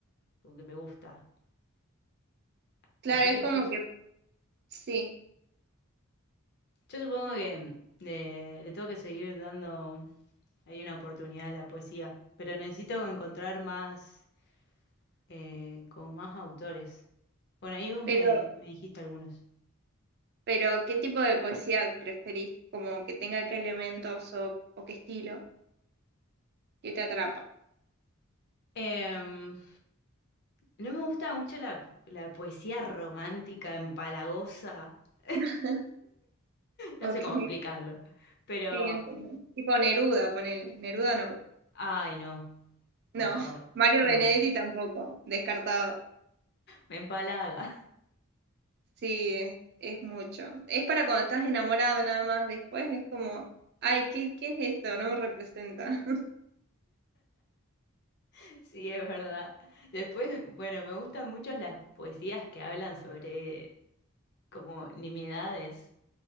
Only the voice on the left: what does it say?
como que me gusta.
Así
que
yo,
yo supongo que eh, le tengo que seguir dando ahí una oportunidad a la poesía, pero necesito encontrar más eh, como más autores. Bueno, ahí vos
me, me dijiste algunos.
Em, no me gusta mucho la, la poesía romántica, empalagosa. <laughs>
No sé cómo explicarlo, pero...
Ay, no, por
favor,
no,
me empalaga,
<laughs> sí, es verdad. Después, bueno, me gustan mucho las poesías que hablan sobre como nimiedades,